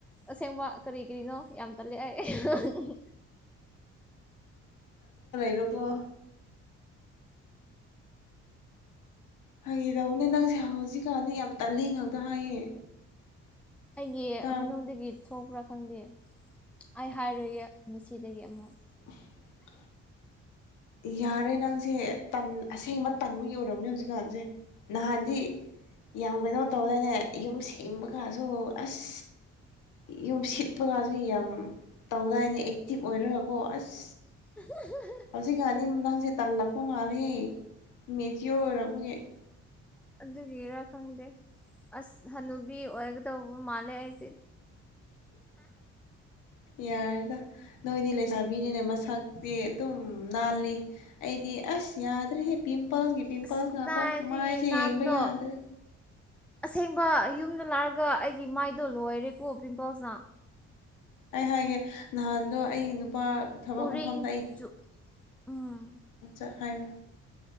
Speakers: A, in the centre; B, on the left.
A: ꯑꯁꯦꯡꯕ ꯀꯔꯤ ꯀꯔꯤꯅꯣ ꯌꯥꯝ ꯇꯜꯂꯦ ꯑꯩ <unintelligible>
B: ꯑꯗꯨꯒꯕꯨꯣ ꯍꯗꯧꯅꯦ ꯅꯪꯁꯦ ꯍꯧꯖꯤꯛꯀꯥꯟꯅꯤ ꯌꯥꯝ ꯇꯜꯂꯤ ꯉꯥꯛꯇ ꯍꯥꯏꯌꯦ
A: ꯑꯩꯒꯤ
B: ꯇꯥ
A: ꯃꯅꯨꯡꯗꯒꯤ ꯊꯣꯛꯄ꯭ꯔꯥ ꯈꯪꯗꯦ ꯑꯩ ꯍꯥꯏꯔꯣꯏꯒꯦ ꯃꯁꯤꯁꯤꯗꯒꯤ ꯑꯃꯨꯛ
B: <unintelligible> ꯌꯥꯔꯦ ꯅꯪꯁꯦ ꯑꯁꯦꯡꯕ ꯇꯟꯕꯒꯤ ꯑꯣꯏꯔꯝꯅꯦ ꯍꯧꯖꯤꯛꯀꯥꯟꯁꯦ ꯅꯍꯥꯟꯗꯤ ꯌꯥꯝ ꯀꯩꯅꯣ ꯇꯧꯗꯅ ꯌꯨꯝ ꯁꯦꯡꯕ ꯀꯥꯟꯁꯨ ꯑꯁ ꯌꯨꯝ ꯁꯤꯠꯄꯒꯁꯨ ꯌꯥꯝ ꯇꯧꯗꯥꯏꯅꯦ ꯑꯦꯛꯇꯤꯚ ꯑꯣꯏꯔꯒꯀꯣ ꯑꯁ
A: <unintelligible>
B: ꯍꯧꯖꯤꯛꯒꯥꯥꯟꯗꯤ ꯅꯪꯁꯦ ꯇꯜꯂꯛꯄ ꯃꯥꯜꯂꯦꯍꯦ ꯃꯦꯆꯤꯌꯣꯔ ꯑꯣꯏꯔꯛꯄꯒꯤ
A: ꯑꯗꯨꯒꯤꯔꯥ ꯈꯪꯗꯦ ꯑꯁ ꯍꯅꯨꯕꯤ ꯑꯣꯏꯒꯗꯧꯕ ꯃꯥꯜꯂꯦ ꯑꯩꯗꯤ
B: ꯌꯥꯔꯦꯗ ꯅꯣꯏꯗꯤ ꯂꯩꯁꯥꯕꯤꯅꯤꯅꯦ ꯃꯁꯛ ꯑꯗꯨꯝ ꯅꯥꯜꯂꯤ ꯑꯩꯗꯤ ꯑꯁ ꯌꯥꯗ꯭ꯔꯦ ꯍꯦ ꯄꯤꯝ ꯄꯤꯝꯄꯜꯒꯤ ꯄꯤꯝꯄꯜꯁ
A: ꯑꯁ ꯀꯗꯥꯏꯗꯒꯤ
B: ꯉꯥꯛꯇ ꯃꯥꯏꯁꯦ
A: ꯅꯥꯟꯕꯅꯣ
B: ꯌꯦꯡꯕ ꯌꯥꯗ꯭ꯔꯦ
A: ꯑꯁꯦꯡꯕ ꯌꯨꯝꯗ ꯂꯥꯛꯑꯒ ꯑꯩꯒꯤ ꯃꯥꯏꯗꯣ ꯂꯣꯏꯔꯦꯀꯣ ꯄꯤꯝꯄꯜꯁꯅ
B: ꯑꯩ ꯍꯥꯏꯦ ꯅꯗꯨ ꯑꯩ ꯂꯄꯥ ꯊꯕꯛ
A: ꯎꯔꯤꯡ
B: ꯃꯐꯝꯗ ꯑꯩ
A: ꯆꯨ ꯎꯝ
B: ꯑ ꯍꯥꯏꯔꯣ